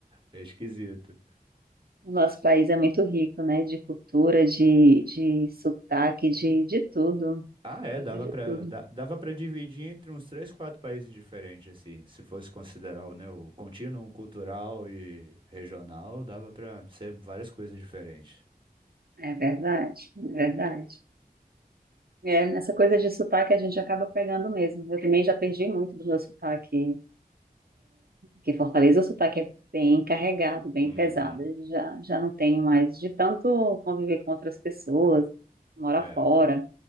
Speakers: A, on the right (about 30°); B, on the right (about 75°).
A: É esquisito.
B: O nosso país é muito rico, né? De cultura, de, de sotaque, de, de tudo.
A: Ah, é,
B: Rico
A: dava
B: de
A: pra,
B: tudo.
A: da- dava pra dividir entre uns três, quatro países diferentes, assim. Se fosse considerar, o, né, o contínuo cultural e regional, dava pra ser várias coisas diferentes.
B: É verdade, é verdade. É, nessa coisa de sotaque a gente acaba pegando mesmo. Eu também já perdi muito do meu sotaque, que Fortaleza o sotaque é bem carregado, bem
A: Uhum.
B: pesado. Eu Já, já não tenho mais de tanto conviver com outras pessoas, mora
A: É.
B: fora.